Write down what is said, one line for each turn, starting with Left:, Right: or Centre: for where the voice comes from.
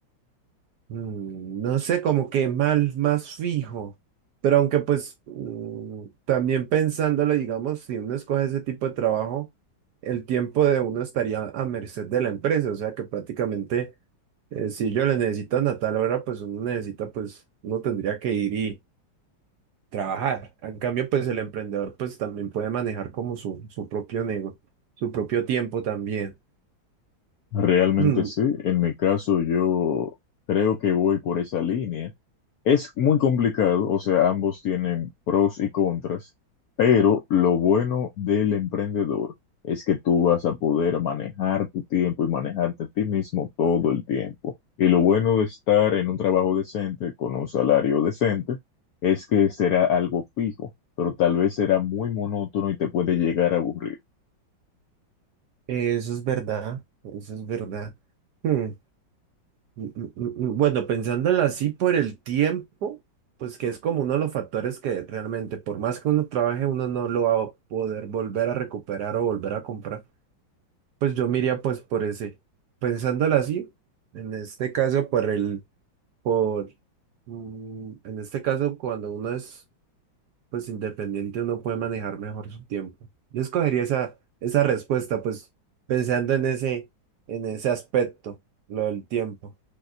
Right: Mm, No sé, como que más, más fijo. Pero aunque pues mm, también pensándolo, digamos, si uno escoge ese tipo de trabajo, el tiempo de uno estaría a merced de la empresa. O sea que prácticamente eh, si ellos le necesitan a tal hora, pues uno necesita, pues uno tendría que ir y trabajar. En cambio, pues el emprendedor pues también puede manejar como su, su propio negocio, su propio tiempo también.
Left: Realmente
Right: Mm,
Left: sí, en mi caso yo creo que voy por esa línea. Es muy complicado, o sea, ambos tienen pros y contras, pero lo bueno del emprendedor es que tú vas a poder manejar tu tiempo y manejarte a ti mismo todo el tiempo. Y lo bueno de estar en un trabajo decente, con un salario decente, es que será algo fijo, pero tal vez será muy monótono y te puede llegar a aburrir.
Right: eso es verdad, eso es verdad. Mm, Mm, mm, mm, mm. Bueno, pensándolo así por el tiempo, pues que es como uno de los factores que realmente, por más que uno trabaje, uno no lo va a poder volver a recuperar o volver a comprar. Pues yo miraría pues por ese, pensándolo así, en este caso por el, por, mm, en este caso cuando uno es pues independiente, uno puede manejar mejor su tiempo. Yo escogería esa, esa respuesta, pues pensando en ese, en ese aspecto, lo del tiempo.